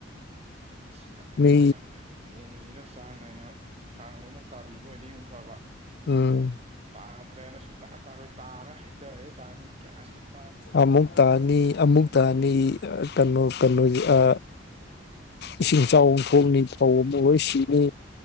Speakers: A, on the right; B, on the left.
A: ꯈꯪꯗ
B: ꯃꯤ
A: ꯌꯥꯝ ꯅꯣꯡꯁꯤꯅ ꯆꯥꯡ ꯅꯥꯏꯅ ꯍꯥꯟꯗꯧꯅ ꯇꯥꯕꯤꯕ ꯑꯣꯏꯅꯅꯤꯨꯝꯛ ꯐꯕ
B: ꯎꯝ
A: ꯇ ꯇꯗ꯭ꯔꯦꯅ ꯁꯨꯡ ꯇꯥꯔꯣꯏ ꯇꯥꯔ ꯍꯩꯊꯔꯦ ꯇꯥꯔꯅꯤ <unintelligible>
B: ꯑꯃꯨꯛ ꯇꯥꯅꯤ ꯑꯃꯨꯛ ꯇꯥꯅꯤ ꯀꯩꯅꯣ ꯀꯩꯅꯣꯁ ꯏꯁꯤꯡ ꯏꯆꯥꯎ ꯊꯣꯛꯅꯤ ꯐ ꯂꯣꯏ ꯁꯤꯅꯤ